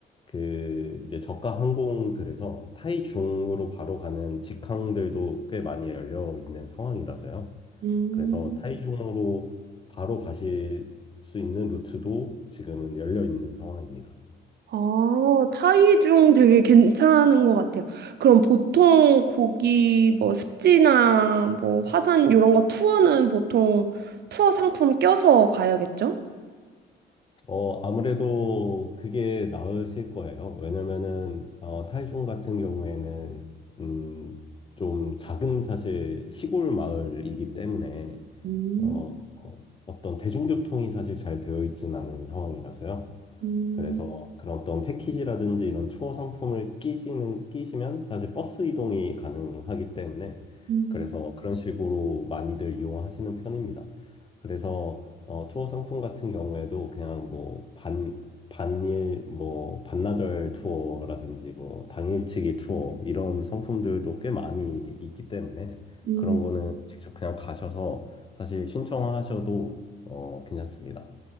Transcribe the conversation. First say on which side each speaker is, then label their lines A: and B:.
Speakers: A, on the left; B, on the right.
A: 그 이제 저가 항공들에서 타이중으로 바로 가는 직항들도 꽤 많이 열려 있는 상황이라서요.
B: 음.
A: 그래서 타이중으로 바로 가실 수 있는 루트도 지금은 열려 있는 상황입니다.
B: 아, 타이중 되게 괜찮은 것 같아요. 그럼 보통 고기 뭐 습지나 뭐 화산 이런 거 투어는 보통 투어 상품 껴서 가야겠죠?
A: 어, 아무래도 그게 나으실 거예요. 왜냐면은, 어, 타이중 같은 경우에는, 음, 좀 작은 사실 시골 마을이기 때문에,
B: 음,
A: 어, 어, 어떤 대중교통이 사실 잘 되어 있진 않은 상황이라서요.
B: 음,
A: 그래서 그런 어떤 패키지라든지 이런 투어 상품을 끼시는, 끼시면 사실 버스 이동이 가능하기 때문에
B: 음,
A: 그래서 그런 식으로 많이들 이용하시는 편입니다. 그래서 어, 투어 상품 같은 경우에도 그냥 뭐 반, 반일, 뭐 반나절 투어라든지 뭐 당일치기 투어 이런 상품들도 꽤 많이 있기 때문에
B: 음.
A: 그런 거는 직접 그냥 가셔서 사실 신청하셔도 어, 괜찮습니다.